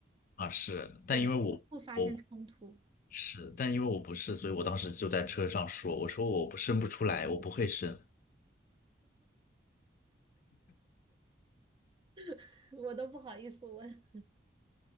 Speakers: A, on the left; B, on the right.
A: 啊，是，但因为我我
B: 也不不发生冲突，
A: 是，但因为我不是，所以我当时就在车上说，我说我不生不出来，我不会生。
B: <laughs> 我都不好意思问，